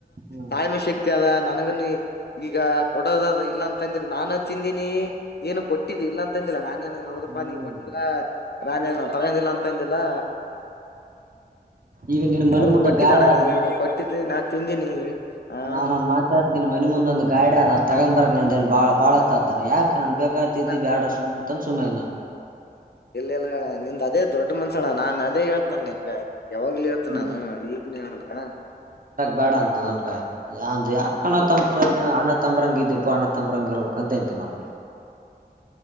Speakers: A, on the right; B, on the left.
A: ಹ್ಮ್
B: ತಾಯ್ಮೆ ಶಕ್ತಿ ಅದ ನನಗನು ಈಗ ಕೊಡೋದ ಅದ ಇಲ್ಲ ಅಂತಂದಿಲ್ಲ ನಾನು ತಿಂದಿನಿ ಏನು ಕೊಟ್ಟಿದ್ದ ಇಲ್ಲ ಅಂತಂದಿಲ್ಲ ನಾನೇನು ಯಾವದಪ್ಪ
A: ಹ್ಮ್
B: ನೀ ಕೊಟ್ಟಿಲ್ಲ ನಾನೇನನು ತಗೊಂಡಿಲ್ಲ ಅಂತ ಮತಂದಿಲ್ಲಾ
A: ಈಗ ನಿನ್ ಮನಿ
B: ಹೌದು
A: ಮುಂದ
B: ಕೊಟ್ಟಿದ್ದಣ
A: ಗಾಡಿ
B: ನೀನು ಕೊಟ್ಟಿದ್ದಿ ನಾು ತಿಂದೀನಿ ಆ
A: ನಾನನ್ ಒಂದ ಮಾತಾತನನ್ ಮನೆಿ ಮುಂದ್ ಒಂದು ಗಾಡಿ ಆದ ತಗೊಂಬ ಬರಕ್ ನಂದ ಏ ಬಾ ಬಾಳ ಹತ್ತತ ಅ್ದಾನೆ ಯಾಕ್ ಅ ನಾನನ್ ಬೇಕಾಗತಿದ್ದೀಿ
B: ಇಲ್ಲ
A: ಬ್ಯಾಡ ಸುಮತ ಸುಮ್ಮನೆ ನಾನು
B: ಇಲ್ಲ ಇಲ್ಲಣ್ಣ ನಿಂದ ಅದೇ ದೊಡ್ಡ ಮನ್ಸಣ ನಾನ್ ಅದೇ ಹೇಳ್ತನಲ್ಲಿ ನಿನ್ಗ ಯಾವಾಗ್ಲ ಇತ್ ನಾನ
A: ಮ-
B: ಈಗ್ನ್ ಹೇಳಲ್ಲ
A: ಬೇಡ ಅಂತ ನನ್ಗ ಯಾಕ ಅಣಣ
B: ಹೌದೌದು
A: ತತ್ತಂಬ ರಂಗ ಇದ್ಪ್ಪ ಅಣ ತಂಬಂಗ ಇರ್ಬೇಕ ಅಂತಿವಿಾವು